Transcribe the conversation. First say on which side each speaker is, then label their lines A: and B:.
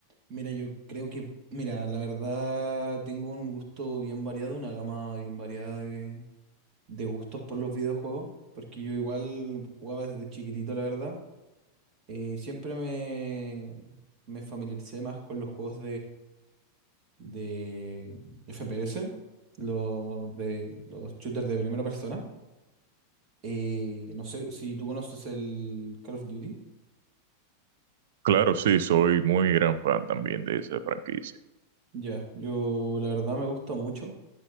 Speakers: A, on the right; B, on the right.
A: Mira, yo creo que, mira, la verdad tengo un gusto bien variado, una gama bien variada de, de gustos por los videojuegos, porque yo igual jugaba desde chiquitito, la verdad. Eh, siempre me, me familiaricé más con los juegos de FPS, los de los shooters de primera persona. Eh, no sé si tú conoces el Call of Duty.
B: Claro, sí, soy muy gran fan también de esa franquicia.
A: Ya, yo la verdad me gusta mucho.